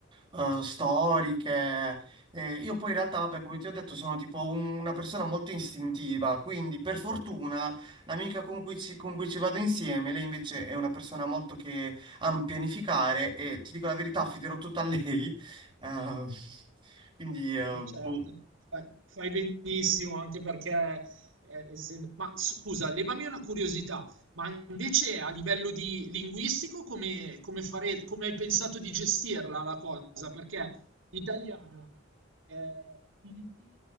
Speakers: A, on the right; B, on the right.
A: eh, storiche. Eh, io poi in realtà, vabbè, come ti ho detto, sono tipo un- una persona molto istintiva, quindi per fortuna l'amica con cui ci, con cui ci vado insieme, lei invece è una persona molto che a pianificare e ti dico la verità, affiderò tutto a lei. Eh, <laughs> quindi, eh,
B: Beh,
A: boh,
B: certo, fai fai benissimo anche perché, ehm, essendo ma scusa, levami una curiosità, ma invece a livello di linguistico come come fare come hai pensato di gestirla la cosa? Perché italiano, ehm, Filippine